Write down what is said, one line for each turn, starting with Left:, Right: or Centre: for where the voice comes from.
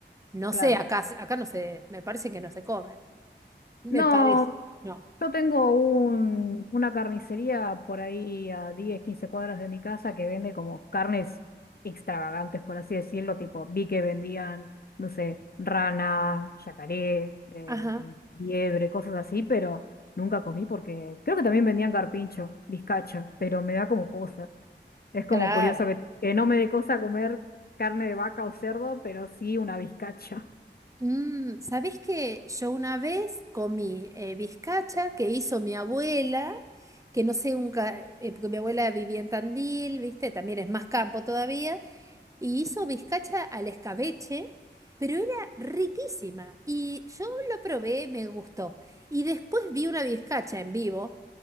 Right: No
Left: claro.
Right: sé, acá, acá no se, me parece que no se comen, me
Left: No,
Right: parece, no,
Left: Yo tengo un, una carnicería por ahí a 10 15 cuadras de mi casa que vende como carnes extravagantes, por así decirlo, tipo vi que vendían, no sé, rana, yacaré, eh,
Right: ajá,
Left: liebre, cosas así, pero nunca comí porque creo que también vendían carpincho, bizcacha, pero me da como cosa. Es como
Right: claro.
Left: curioso que, que no me dé cosa comer carne de vaca o cerdo, pero sí una bizcacha.
Right: Mm, ¿sabés qué? Yo una vez comí eh, bizcacha que hizo mi abuela, que no sé, nunca, eh, porque mi abuela vivía en Tandil, ¿viste? También es más campo todavía, y hizo bizcacha al escabeche, pero era riquísima. Y yo lo probé, me gustó. Y después vi una bizcacha en vivo,